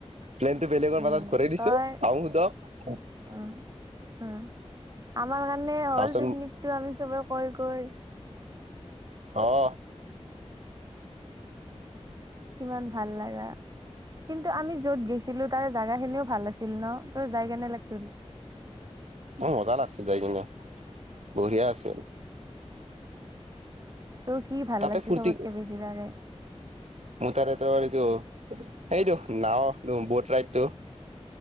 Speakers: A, on the right; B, on the right.
A: প্লেনটো বেলেগৰ
B: উম
A: মাজত ঘূৰাই দিছো
B: তই
A: আহো সোধক
B: উম উম আমাৰ কাৰণে হ'ল
A: তাৰপিছত
B: পিকনিক টো আমি চবে কৈ কৈ
A: অহঁ
B: কিমান ভাল লাগে কিন্তু আমি য'ত গেছো ছিলো তাৰ জাগা খিনিওঁ ভাল আছিল ন তোৰ যাই কেনেকুৱা লাগিছিল
A: মোৰ মজা লাগছে যাই কিনে বঢ়িয়া আছিল
B: তোৰ কি ভাল
A: তাতে
B: লাগিছে
A: ফূৰ্তি
B: চবতকৈ বেছি তাৰে
A: মোৰ তাৰে তোৰ এইটো এইটো নাওঁ বট ৰাইডটো